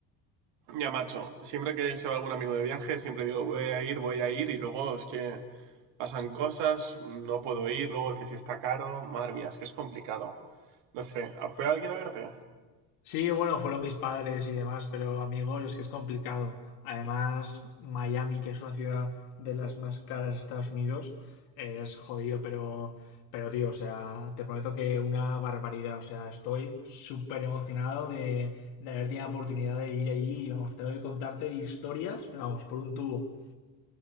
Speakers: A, on the right (about 70°); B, on the left (about 80°).
A: Ya, macho, siempre que se va algún amigo de viaje, siempre digo, voy a ir, voy a ir, y luego es que pasan cosas, no puedo ir, luego que si está caro, madre mía, es que es complicado. No sé, ¿a- ¿fue alguien a verte?
B: Sí, bueno, fueron mis padres y demás, pero amigos, es que es complicado. Además, Miami, que es una ciudad de las más caras de Estados Unidos, es jodido, pero, pero tío, o sea, te prometo que una barbaridad. O sea, estoy súper emocionado de, de haber tenido la oportunidad de ir allí. y, Vamos, tengo que contarte historias, pero vamos, por un tubo.